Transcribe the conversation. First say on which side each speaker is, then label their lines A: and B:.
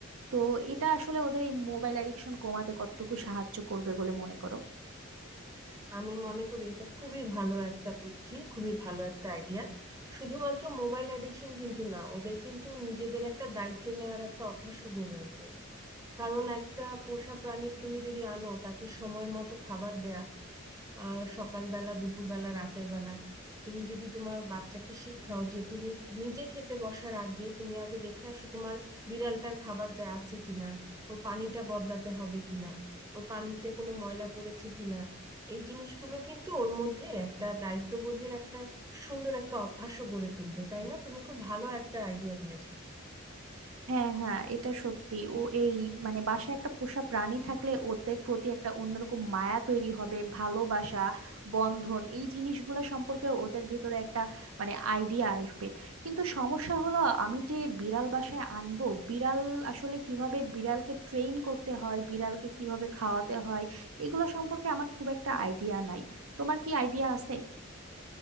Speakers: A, on the right; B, on the right.
A: তো এটা আসলে ওদের এই মোবাইল অ্যাডিকশন কমাতে কতটুকু সাহায্য করবে বলে মনে করো
B: আমি মনে করি এটা খুবই ভালো একটা বুদ্ধি খুবই ভালো একটা আইডিয়া শুধুমাত্র মোবাইল অ্যাডিকশন কিন্তু না ওদের কিন্তু নিজেদের একটা দায়িত্ব নেওয়ার একটা অভ্যাসও গড়ে উঠবে কারণ একটা পোষা প্রাণী তুমি যদি আনো তাকে সময় মতো খাবার দেয়া আহ সকালবেলা দুপুরবেলা রাতের বেলা তুমি যদি তোমার বাচ্চাকে শিখাও যে তুমি নিজে খেতে বসার আগে তুমি আগে দেখে আসো তোমার বিড়ালটার খাবার দেয়া আছে কিনা ওর পানিটা বদলাতে হবে কিনা ওর পানিতে কোনো ময়লা পড়েছে কিনা এই জিনিসগুলো কিন্তু ওর মধ্যে একটা দায়িত্ববোধের একটা সুন্দর একটা অভ্যাসও গড়ে তুলবে তাই না তুমি খুব ভালো একটা আইডিয়া দিয়েছো
A: হ্যাঁ হ্যাঁ এটা সত্যি ও এই মানে বাসায় একটা পোষা প্রাণী থাকলে ওদের প্রতি একটা অন্যরকম মায়া তৈরি হবে ভালোবাসা বন্ধন এই জিনিসগুলো সম্পর্কে ওদের ভিতরে একটা মানে আইডিয়া আসবে কিন্তু সমস্যা হলো আমি যে বিড়াল বাসায় আনবো বিড়াল আসলে কিভাবে বিড়ালকে ট্রেন করতে হয় বিড়ালকে কিভাবে খাওয়াতে হয় এগুলো সম্পর্কে আমার খুব একটা আইডিয়া নাই তোমার কি আইডিয়া আছে